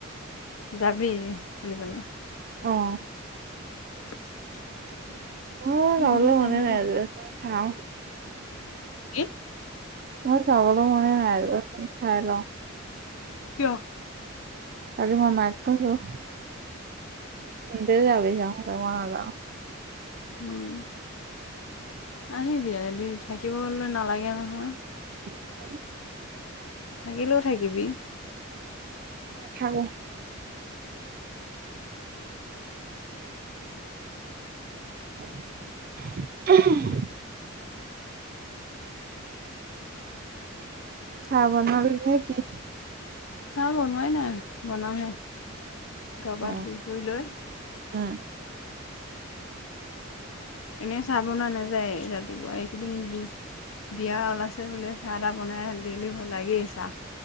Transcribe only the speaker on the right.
অ',
উ যাবলৈ
মনে
নাই চাও।
মোৰ যাবলৈ মনে নাই চাই লওঁ।
আজি মই মাইক কৈছোঁ। স দে যাব শ মনাাল <inaudible>
উ <unintelligible>
হব উ <unintelligible> চাহ বনালি নে কি?
অ',
উম,